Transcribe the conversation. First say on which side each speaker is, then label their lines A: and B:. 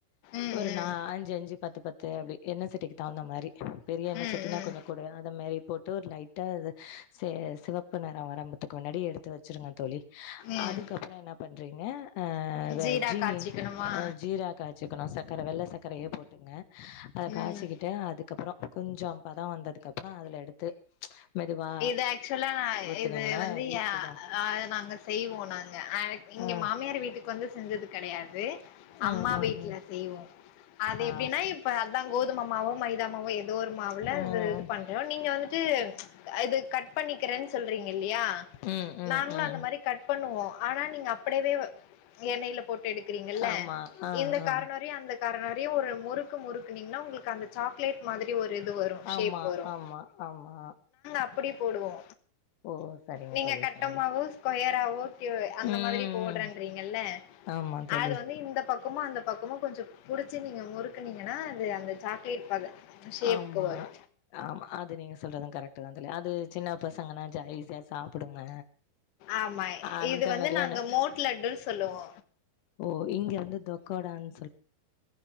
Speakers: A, on the left; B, on the left.
A: ம்,
B: ஒரு
A: ம்.
B: நா அஞ்சு அஞ்சு பத்து பத்து அப்டி எண்ணெ சட்டிக்கு தகுந்த மாரி பெரிய எண்ணெ
A: ம்,
B: சட்டினா
A: ம்.
B: கொஞ்ச கூட அது மாரி போட்டு ஒரு லைட் ல அது சிவப்பு நிறம் வரம்பத்துக்கு முன்னாடி எடுத்து வச்சுருங்க தோழி
A: ம்.
B: அதுக்கப்புறம் என்ன பண்றீங்க ஆஹ்
A: ஜீரா
B: ஜீனி
A: காய்ச்சிக்கணுமா?
B: ஜீர காய்ச்சிக்கணும் ச வெள்ளை சக்கரைய போட்டுங்க அத
A: ம்.
B: காய்ச்சிக்கிட்டே அதுக்கப்புறம் கொஞ்சம் பதம் வந்ததுக்க அப்புறம் அதுல எடுத்து மெதுவா
A: இது ஆக்சுவலா
B: ஊத்துனீங்கன்னா
A: இது வந்து
B: ஈஸி தா
A: அஹ நாங்க செய்வோம் நாங்க இங்க
B: ம்
A: மாமியார் வீட்டுக்கு வந்து செஞ்சது கிடையாது
B: ம்
A: அம்மா
B: ம்
A: வீட்டுல
B: ம்
A: செய்வோம் அது
B: ஆ
A: எப்டின்னா இப்ப அதான் கோதுமமாவோ மைதமாவோ ஏதோ ஒரு மாவுல அது
B: ம்
A: இது பண்றோம் நீங்க வந்துட்டு இது கட் பண்ணிக்கிறேன் சொல்றீங்க இல்லியா
B: ம் ம்
A: நாங்களும்
B: ம்
A: அந்த மாரி கட் பண்ணுவோ ஆனா நீங்க கடவே வ எண்ணெயில போட்டு எடுக்கறீங்கல்ல
B: ஆமா ஆ
A: இந்த
B: ஆ
A: கார்ணரையும் அந்த நறைய ஒரு முறு முறுக்குனீங்கன்னா உங்களுக்கு அந்த சாக்லேட் மாதிரி ஒரு இது வரும்
B: ஆமா
A: ஷேப் வரும்
B: ஆமா ஆமா
A: அப்படி போடுவோ
B: ஓ சரிங்க
A: நீங்க
B: தோழி
A: கட்டமாவோ
B: சரிங்க
A: ஸ்கொயராவோ ஓகே அந்த
B: ம்
A: மாதிரி போடுறேன்றீங்கல்ல
B: ஆமா தோழி
A: அது வந்து இந்த பக்கமோ அந்த பக்கமு கொஞ்ச புடிச்சு நீங்க முறுக்குனீங்கன்னா அது அந்த சாக்லேட் பத ஷேப்க்கு
B: ஆமா
A: வரு
B: ஆமா அது நீங்க சொல்றதா கரெக் ட்டு அது சின்ன பசங்கனா ஜா ஈஸியா சாப்புடுங்க
A: ஆமா
B: அந்த
A: இது வந்து
B: மாரி
A: நாங்க
B: ஒண்ணு
A: மோட் லட்டுன்னு சொல்லுவோ
B: ஓ இங்க வந்து தொக்கோட அந்